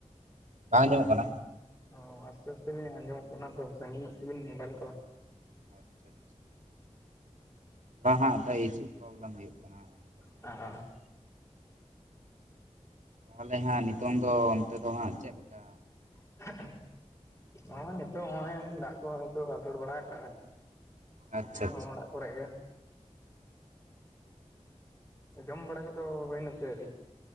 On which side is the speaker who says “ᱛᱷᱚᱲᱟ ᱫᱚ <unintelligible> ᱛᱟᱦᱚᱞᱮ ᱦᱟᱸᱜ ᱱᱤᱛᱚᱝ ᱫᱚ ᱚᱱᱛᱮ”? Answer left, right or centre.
Right